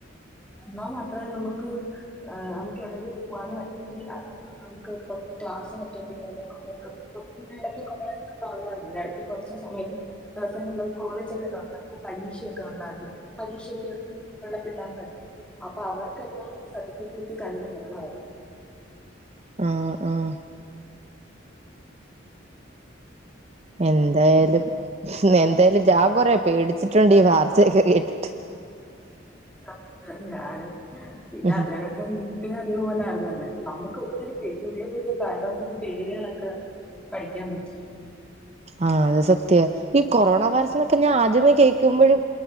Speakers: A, in the centre; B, on the right.
A: <unintelligible> <unintelligible> <unintelligible> അപ്പൊ അവർക്കെല്ലാം ഈ സർട്ടിഫിക്കറ്റ് കയ്യില് വേണമായിരുന്ന്.
B: ആഹ ആഹ എന്തായാലും എന്തായാലും ജാ കൊറ പേടിച്ചിട്ടുണ്ട് ഈ വാർത്തയൊക്കെ കേട്ടിട്ട്
A: <inaudible> ഞാനും പിന്നെ
B: ഉം
A: അതണക്കെ ഇപ്പ പോലൊയിരുന്നല്ലേ നമുക്ക് ഒത്തിരി പുതിയ പുതിയ വൈറസിന്റെ പേരുകളൊക്കെ പഠിക്കാൻ പറ്റി
B: ആഹ അത് സത്യ ഈ കൊറോണ വൈറസ് എന്നൊക്കെ ഞാൻ ആദ്യമേ കേൾക്കുമ്പോഴും